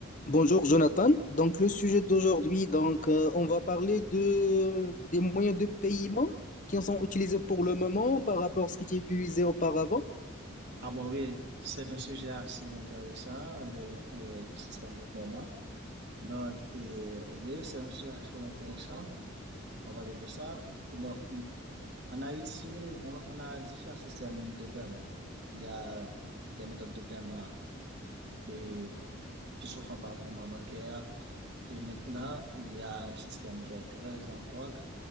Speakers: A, on the left; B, on the right.
A: Bonjour Jonathan. Donc le sujet d'aujourd'hui, donc euh, on va parler de des moyens de paiement qui sont utilisés pour le moment par rapport à ce qui était utilisé auparavant.
B: Ah bon, oui, c'est un sujet assez intéressant, le, euh, le système de paiement. Donc, et, oui, c'est un sujet assez intéressant à parler de ça. Donc, en Haïti, on, on a différents systèmes de paiement. Il y a des méthodes de paiement et, qui se font par virement bancaire. Et maintenant, il y a un système qui est très en vogue,